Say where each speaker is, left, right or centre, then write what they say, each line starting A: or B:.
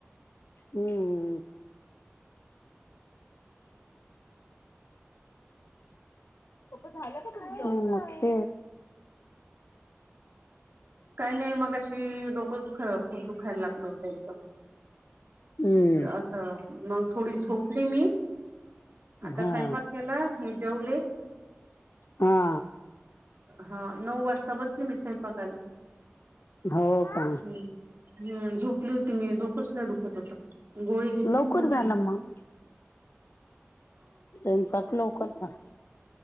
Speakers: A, on the left (about 70°); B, on the right (about 55°).
A: हम्मम झागते
B: काही नाही मग अशी डोकंच खळ खूप दुखायला लागल होतं एकदम
A: हम्म
B: असं मग थोडी झोपली मी आता
A: हा
B: स्वयंपाक केला हे जेवले
A: हा
B: हा नऊ वाजता बसली मी सायपाकाल
A: हो का
B: हम्म हम् झोपली होती मी डोकचं लय दुखत होत. गोळी घेतली
A: लवकर
B: आणि झोपले.
A: झालं मग स्वयंपाक लवकर ता